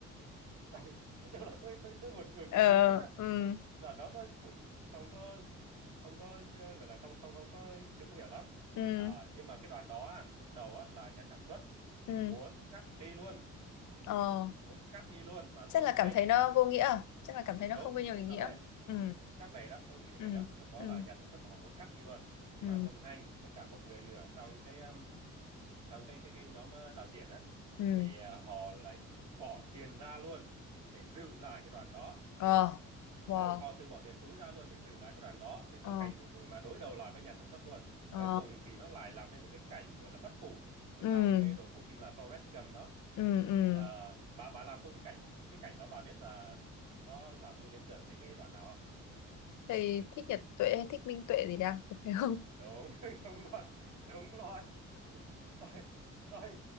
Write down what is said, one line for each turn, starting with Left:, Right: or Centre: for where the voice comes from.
Right: <laughs> tại- nói chung là tôi tôi tôi buồn cười
Left: ờ
Right: cực kỳ luôn á
Left: ừ
Right: tôi lần đó tôi cũng không có không có chưa gọi là không không không có chưa có hiểu lắm
Left: ừ
Right: à, nhưng mà cái đoàn đó á, lúc đầu á, là nhà sản xuất
Left: ừ
Right: muốn cắt đi luôn
Left: ờ
Right: muốn cắt đi luôn mà
Left: chắc
Right: tôm
Left: là
Right: hành
Left: cảm thấy nó
Right: với-
Left: vô nghĩa à? chắc là cảm thấy nó
Right: đúng
Left: không có nhiều
Right: có
Left: ý nghĩa
Right: có lẽ
Left: ừ
Right: chắc về đó tôi cũng nghĩ về
Left: ừ
Right: đó lúc đó
Left: ừ
Right: là nhà sản xuất là họ muốn cắt đi luôn nhưng
Left: ừ
Right: mà Tom Hanks với cả một người nữa trong cái um, trong cái cái cái nhóm ờ, đạo diễn á
Left: ừ
Right: thì ờ, họ lại bỏ tiền ra luôn để giữ lại cái đoàn đó
Left: ờ wow
Right: ừ, họ từ bỏ tiền túi ra luôn để giữ lại cái đoàn đó để mà
Left: ờ
Right: cảnh để mà đối đầu lại với nhà sản xuất luôn
Left: ờ
Right: cuối cùng thì nó lại làm nên một cái cảnh gọi là bất hủ ở
Left: ừ
Right: trong cái đội bộ phim là Forrest Gump đó
Left: ừ ừ
Right: Ờ, bà bà làm tôi cái cảnh cái cảnh đó bà biết là nó làm tôi liên tưởng đến cái đoạn nào không
Left: thầy thích nhật tuệ hay thích minh tuệ gì đang có phải không
Right: đúng <laughs> đúng luôn đúng luôn tôi tôi